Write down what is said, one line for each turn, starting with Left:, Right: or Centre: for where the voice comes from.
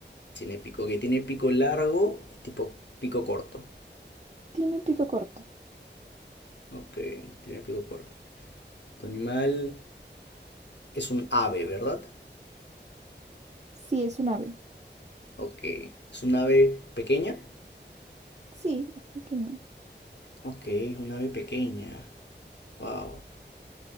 Left: Tiene pico. que ¿Tiene pico largo? Tipo pico corto.
Right: Tiene un pico corto.
Left: Ok. Tiene pico corto. ¿Tu animal es un ave, verdad?
Right: Sí, es un ave.
Left: Ok. ¿Es un ave pequeña?
Right: Sí, es pequeña.
Left: Ok, una ave pequeña. Wow.